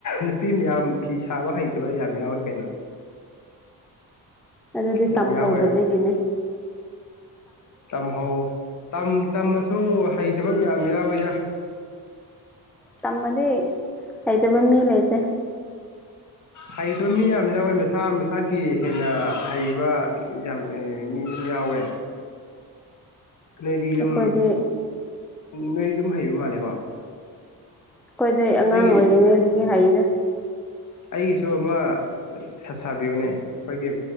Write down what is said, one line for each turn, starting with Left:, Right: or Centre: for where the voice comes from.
Left: ꯅꯨꯄꯤ ꯃꯌꯥꯝ ꯐꯤ ꯁꯥꯕ ꯍꯩꯇꯕ ꯌꯥꯝ ꯌꯥꯎꯋꯤ ꯀꯩꯅꯣ
Centre: ꯑꯗꯨꯗꯤ
Left: ꯌꯥꯝ
Centre: ꯇꯝꯍꯧꯗꯕꯒꯤꯅꯦ
Left: ꯌꯥꯎꯋꯦ ꯇꯝꯍꯧ ꯇꯝꯃꯁꯨ ꯍꯩꯇꯕ ꯌꯥꯝ ꯌꯥ ꯑꯣꯏꯖꯥ
Centre: ꯇꯃꯗꯤ ꯍꯩꯗꯕ ꯃꯤ ꯂꯩ ꯂꯩꯇ
Left: ꯍꯩꯇꯕ ꯃꯤ ꯌꯥꯝ ꯌꯥꯎꯋꯦ ꯃꯁꯥ ꯃꯁꯥꯒꯤ ꯍꯦꯟꯅ ꯍꯩꯕ ꯌꯥꯝ ꯃꯤ ꯌꯥꯋꯦ ꯅꯣꯏꯗꯤ ꯑꯗꯨꯝꯝ
Centre: ꯑꯩꯈꯣꯏꯗꯤ
Left: ꯅꯣꯏꯗꯤ ꯑꯗꯨꯝ ꯍꯩꯕ ꯃꯥꯜꯂꯦꯀꯣ
Centre: ꯑꯩꯈꯣꯏꯗꯩ ꯑꯉꯥꯡ
Left: ꯑꯩꯒꯤ
Centre: ꯑꯣꯏꯔꯤꯉꯩꯗꯒꯤ ꯍꯥꯏꯔꯤꯗ
Left: ꯑꯩꯒꯤꯁꯨ ꯑꯃ ꯁꯥꯁꯥꯕꯤꯌꯨꯅꯦ ꯑꯩꯈꯣꯏꯒꯤ